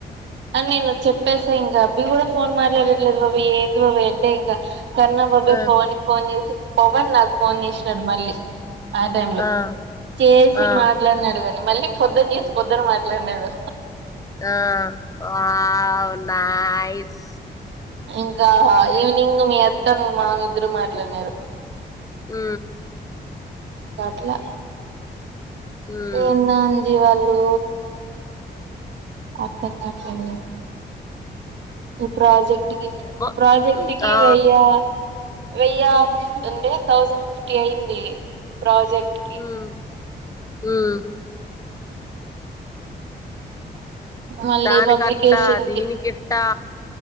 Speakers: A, on the right; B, on the left.
A: అని నేను చెప్పేసే ఇంకా అబ్బీ కూడా ఫోన్ మాట్లాడట్లేదు బాబ ఏంది బాబ అంటే ఇంకా కర్ణాబాబా
B: ఆ
A: ఫోన్ ఫోన్ చేసి పవన్ నాకు ఫోన్ చేసినాడు మళ్ళీ ఆ టై లో
B: ఆ
A: చేసి
B: ఆ
A: మాట్లాడిన అడిగాలి మళ్ళీ పొద్దుని చేసి పొద్దున మాట్లాడలేదు
B: ఆ వావ్నైస్
A: ఇంకా ఈవినింగ్ మీ అత్త మీ మామి ఇద్దరు మాట్లాడినారు
B: అ
A: కాట్లా
B: ఉమ్
A: ఏంద జీ వాళ్ళు ఎలో అర్థం కావట్లేదు ఈ ప్రాజెక్ట్
B: ఏమో
A: క ప్రాజెక్ట్కి
B: ఆ
A: వెయ్య వెయ్యి్ అంటే థౌసండ్ ఫిఫ్టీ అయింది ప్రాజెక్ట్ <inaudible>
B: ఉమ్ ఉమ్
A: మళ్ళీ
B: దానికట్టా
A: పబ్లికేషన్
B: దీనికిట్టా
A: కి